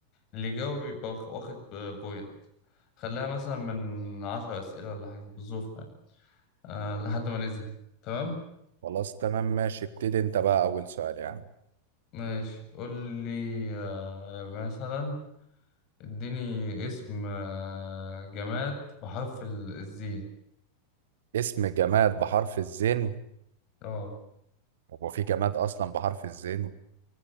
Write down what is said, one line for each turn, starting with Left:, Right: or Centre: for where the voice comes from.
Left: اللي يجاوب يبقى واخ- واخد بوينت خليها مثلا من عشر أسئلة ولا حاجة بالظبط يعني أه لحد ما نزهق تمام
Right: خلاص تمام ماشي ابتدي انت بقى اول سؤال يعني
Left: ماشي قول لي أه مثلا اديني اسم آه، جماد بحرف ال- الزين
Right: اسم جماد بحرف الزين
Left: اه
Right: هو في جماد اصلا بحرف الزين